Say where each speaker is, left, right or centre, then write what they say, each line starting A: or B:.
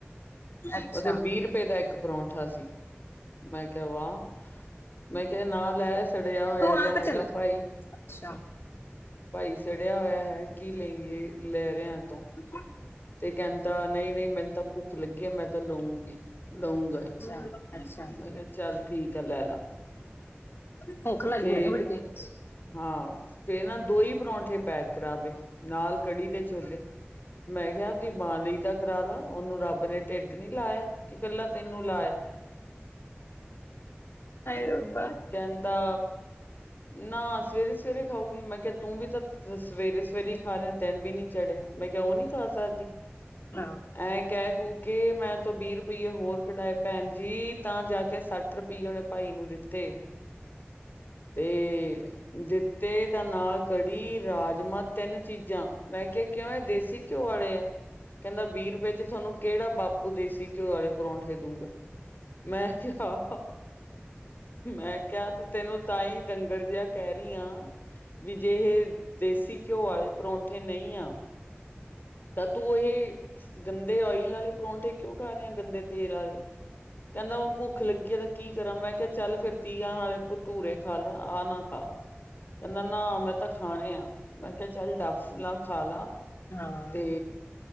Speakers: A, on the left; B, on the left.
A: ਅੱਛਾ।
B: ਓਥੇ ਬੀ ਰੁਪਏ ਦਾ ਇੱਕ ਪਰੌਂਠਾ ਸੀ। ਮੈਂ ਕਿਆ ਵਾਹ। ਮੈਂ ਕਿਆ, ਨਾ ਲੈ। ਸੜਿਆ ਹੋਇਆ
A: ਤੂੰ
B: ਜਿਹਾ
A: ਆਪ
B: ਹੈਗਾ
A: ਚੱਲ,
B: ਭਾਈ
A: ਅੱਛਾ
B: ਭਾਈ ਸੜਿਆ ਹੋਇਆ ਹੈ, ਕੀ ਲਈ, ਲੈ ਰਿਆਂ ਏ ਤੂੰ।
A: <inaudible>
B: ਤੇ ਕੈਂਦਾ ਨਈ-ਨਈ ਮੈਨੂੰ ਤਾਂ ਭੁੱਖ ਲੱਗੀ ਐ, ਮੈਂ ਤਾਂ ਲਊਂਗੀ, ਲਊਂਗਾ ਈ।
A: ਚ ਅੱਛ
B: ਮੈਂ ਕਿਆ ਚੱਲ ਠੀਕ ਐ, ਲੈ ਲਾ।
A: ਭੁੱਖ ਲੱਗਦੀ
B: ਤੇ
A: ਆ, ਬੜੀ ਤੇਜ।
B: ਹਾਂ ਫੇਰ ਨਾ, ਦੋ ਈ ਪਰੌਂਠੇ ਪੈਕ ਕਰਾ ਬਈ, ਨਾਲ ਕੜੀ ਤੇ ਛੋਲੇ। ਮੈਂ ਕਿਆ ਆਪਦੀ ਮਾਂ ਲਈ ਤਾਂ ਕਰਾ ਲਾ, ਓਨੂੰ ਰੱਬ ਨੇ ਢਿੱਡ ਨੀ ਲਾਇਆ। ਕਿ ਕੱਲਾ ਤੈਨੂੰ ਲਾਇਆ।
A: ਰੱਬਾ
B: ਕੈਂਦਾ, ਨਾ ਸਵੇਰੇ -ਸਵੇਰੇ ਖਾਊਗੀ, ਮੈਂ ਕਿਆ ਤੂੰ ਵੀ ਤਾਂ ਸਵੇਰੇ- ਫਿਰ ਹੀ ਖਾ ਰਿਹਾ, ਦਿਨ ਵੀ ਨੀ ਚੜਿਆ, ਮੈਂ ਕਿਆ ਓ ਨੀ ਜਾ ਸਕਦੀ।
A: ਹਾਂ
B: ਐਂ ਕੈ ਕੁ ਕੇ, ਮੈਂ ਤੋਂ ਵੀਹ ਰੁਪ- ਰੁਪਈ ਏ ਹੋਰ ਕਢਾਏ ਭੈਣ ਜੀ, ਤਾਂ ਜਾ ਕੇ ਸੱਠ ਰੁਪਈਏ ਓਨੇ ਭਾਈ ਨੂੰ ਦਿੱਤੇ। ਤੇ ਦਿੱਤੇ ਦਾ ਨਾਲ ਕੜੀ, ਰਾਜਮਾਂ ਤਿੰਨ ਚੀਜ਼ਾਂ, ਮੈਂ ਕਿਆ ਕਿਉਂ ਏ ਦੇਸੀ- ਘਿਓ ਵਾਲੇ ਆ, ਕਹਿੰਦਾ ਵੀਹ ਰੁਪਏ' ਚ ਤੁਹਾਨੂੰ ਕਿਹੜਾ ਬਾਪੂ ਦੇਸੀ ਘਿਓ ਵਾਲੇ ਪਰੌਂਠੇ ਦੂਗਾ, ਮੈਂ ਕਿਹਾ। ਮੈਂ ਕਿਹਾ, ਤੇ ਤੈਨੂੰ ਤਾਂ ਹੀ ਡੰਗਰ ਜਿਹਾ ਕਹਿ ਰਹੀ ਹਾਂ। ਵੀ ਜੇ ਇਹ, ਦੇਸੀ ਘਿਓ ਵਾਲੇ ਪਰੌਂਠੇ ਨਹੀਂ ਆ। ਤਾਂ ਤੂੰ ਇਹ ਗੰਦੇ ਓਇਲ ਵਾਲੇ ਪਰੌਂਠੇ ਕਿਉਂ ਖਾ ਰਹੇ ਆ, ਗੰਦੇ ਤੇਲ ਵਾਲੇ, ਕਹਿੰਦਾ ਹੁਣ ਭੁੱਖ ਲੱਗੀ ਹੈ ਤਾਂ ਕੀ ਕਰਾਂ, ਮੈਂ ਕਿਹਾ ਚੱਲ ਤੀਆਂ ਹਾਲੇ ਪੁੱ ਭਠੂਰੇ ਖਾ ਲੈ, ਆਹ ਨਾ ਖਾ, ਕਹਿੰਦਾ ਨਾ ਮੈਂ ਤਾਂ। ਖਾਣੇ ਆ, ਮੈਂ ਕਿਹਾ ਚੱਲ ਡੱਫ ਲੈ, ਖਾ ਲਾ।
A: ਹਾਂ
B: ਤੇ